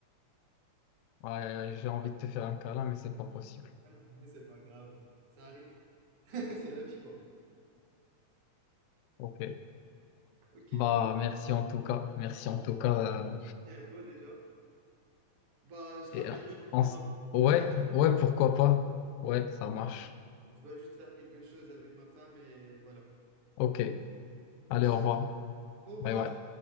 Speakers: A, on the left; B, on the right.
A: Ouais, ouais, ouais, j'ai envie de te faire un câlin, mais c'est pas possible.
B: Ah non, <laughs> c'est pas grave. hein. Ça arrive. <laughs> C'est la vie, quoi.
A: Ok.
B: Ok,
A: Bah,
B: on...
A: merci en tout cas. Merci en tout cas. euh,
B: merci à toi déjà. Bah, je te
A: et,
B: rappellerai
A: euh,
B: encore
A: on s-
B: après
A: ouais,
B: tout à l'heure.
A: ouais, pourquoi pas. Ouais, ça marche.
B: Je dois juste faire quelque chose avec ma femme et voilà.
A: Ok. Allez,
B: On se
A: au
B: tient
A: revoir.
B: au au revoir.
A: Bye bye.